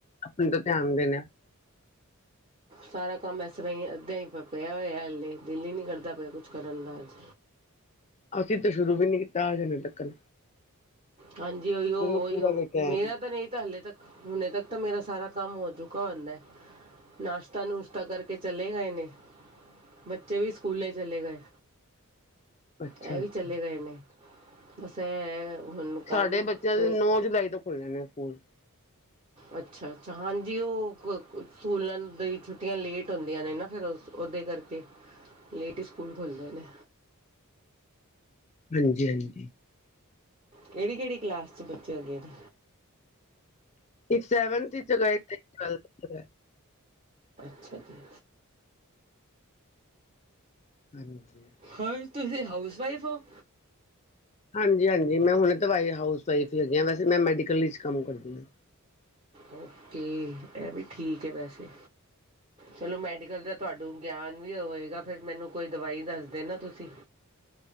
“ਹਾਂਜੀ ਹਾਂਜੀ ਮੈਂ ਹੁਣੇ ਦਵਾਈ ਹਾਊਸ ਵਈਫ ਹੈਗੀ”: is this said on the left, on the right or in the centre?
Left